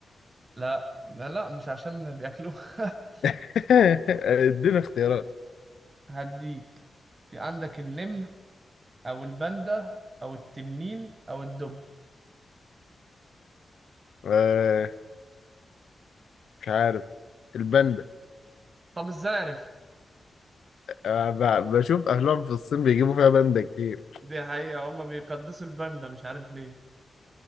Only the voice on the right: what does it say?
لا ما لا مش عشان بياكلوه <laughs>
هديك في عندك النمر أو الباندا أو التنين أو الدب
طب ازاي عرفت
دي حقيقة هما بيقدسوا الباندا مش عارف ليه